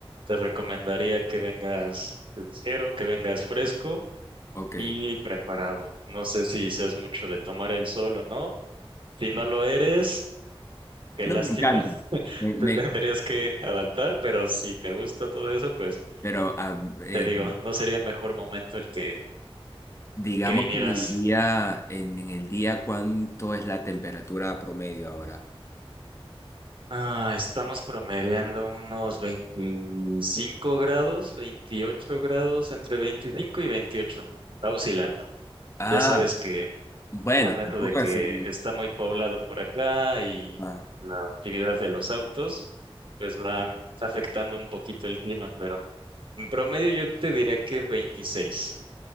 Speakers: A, on the right; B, on the left.
A: te recomendaría que vengas ligero, que vengas fresco
B: ok.
A: y preparado. No sé si seas mucho de tomar el sol o no. Si no lo eres, Qué
B: No,
A: lástima,
B: me encanta.
A: <laughs>
B: Me- me-
A: te tendrías que adaptar, pero si te gusta todo eso, pues
B: pero ah, eh,
A: te digo, no sería mejor momento el que,
B: Digamos
A: el que vinieras.
B: que en el día, en, en el día, ¿cuánto es la temperatura promedio ahora?
A: Ah, estamos promediando unos 25 grados, 28 grados, entre 25 y veintiocho Está oscilando.
B: Ah,
A: Ya sabes que
B: bueno,
A: con
B: tampoco
A: eso de que
B: es un...
A: está muy poblado por acá y
B: Ah,
A: la actividad de los autos, pues va afectando un poquito el clima, pero en promedio yo te diría que veintiséis